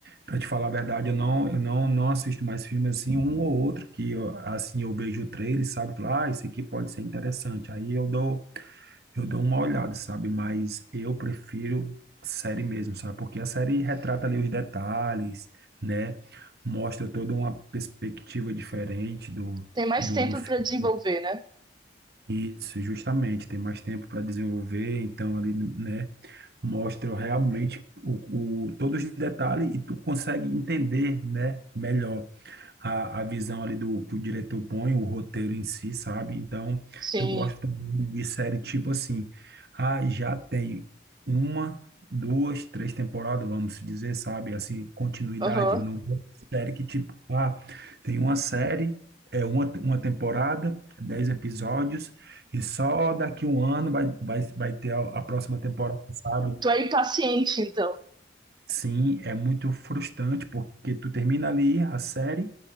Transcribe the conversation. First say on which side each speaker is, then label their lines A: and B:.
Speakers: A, on the right; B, on the right.
A: pra te falar a verdade, eu não, eu não, não assisto mais filmes assim, um ou outro que, eu, assim, eu vejo o trailer, sabe? Falo, Ah, esse aqui pode ser interessante. Aí eu dou eu dou uma olhada, sabe? Mas eu prefiro série mesmo, sabe? Porque a série retrata ali os detalhes, né? Mostra toda uma perspectiva diferente do,
B: Tem mais
A: do,
B: tempo
A: do filme.
B: para desenvolver, né?
A: Isso, justamente. Tem mais tempo para desenvolver, então ali, né? Mostra realmente o, o, todos os detalhes e tu consegue entender, né? Melhor a, a visão ali do que o diretor põe, o roteiro em si, sabe? Então,
B: Sim.
A: eu gosto muito de série tipo assim, ah, já tem uma, duas, três temporadas, vamos dizer, sabe? Assim, continuidade.
B: Aham.
A: Eu não gosto de série que tipo, ah, tem uma série, é uma, uma temporada, dez episódios, e só daqui um ano vai, vai, vai ter a, a próxima temporada, sabe?
B: Tu é impaciente, então.
A: Sim, é muito frustrante, porque tu termina ali a série,